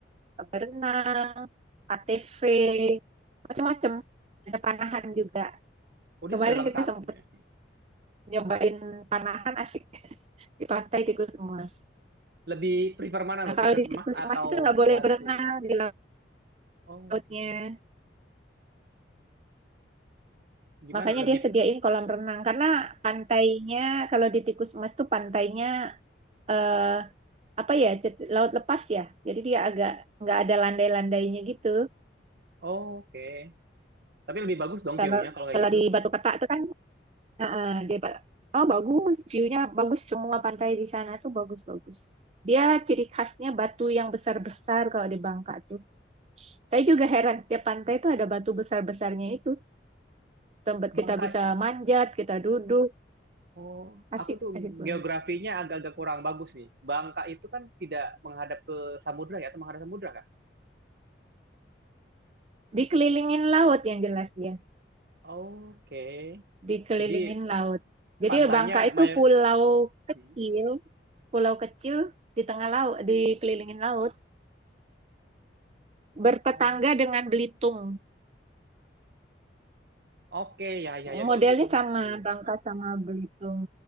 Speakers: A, on the right; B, on the right.
A: berenang, ATV, macam-macam. Ada panahan juga.
B: Udah
A: Kemarin
B: sudah lengkap.
A: kita sempet
B: ya.
A: nyobain panahan asik <laughs> di pantai Tikus Emas.
B: Lebih prefer mana lo,
A: Nah, kalau
B: tikus
A: di
B: emas
A: Tikus
B: atau
A: Emas itu nggak
B: batu?
A: boleh berenang di
B: Oh,
A: lautnya.
B: Oke. Gimana?
A: Makanya
B: Lebih
A: dia sediain kolam renang karena pantainya kalau di Tikus Emas tuh pantainya eh, apa ya cet- laut lepas ya. Jadi dia agak nggak ada landai-landainya gitu.
B: oh, oke. Tapi lebih bagus dong
A: Kalau
B: view-nya kalau kayak
A: kalau
B: gitu.
A: di Batu Ketak tuh kan eh, eh, dia ba- oh bagus view-nya bagus semua pantai di sana tuh bagus-bagus. Dia ciri khasnya batu yang besar-besar kalau di Bangka tuh. Saya juga heran tiap pantai tuh ada batu besar-besarnya itu. Tempat
B: Bangka.
A: kita bisa manjat, kita duduk,
B: Oh,
A: asik
B: aku tuh
A: asik banget.
B: geografinya agak-agak kurang bagus nih. Bangka itu kan tidak menghadap ke samudra ya, atau menghadap samudra kah?
A: Dikelilingin laut yang jelas dia,
B: Oke.
A: dikelilingin
B: Jadi
A: laut. Jadi
B: pantainya
A: Bangka itu
B: mayor.
A: pulau kecil,
B: Hmm.
A: pulau kecil di tengah laut, dikelilingin laut, bertetangga
B: Oh.
A: dengan Belitung.
B: Oke, ya ya ya
A: Modelnya
B: kalau Belitung.
A: sama
B: Ya, ya.
A: Bangka sama Belitung.